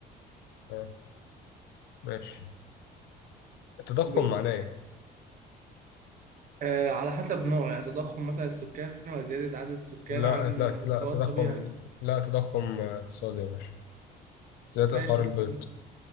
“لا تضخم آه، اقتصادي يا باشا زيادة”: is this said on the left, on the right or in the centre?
Left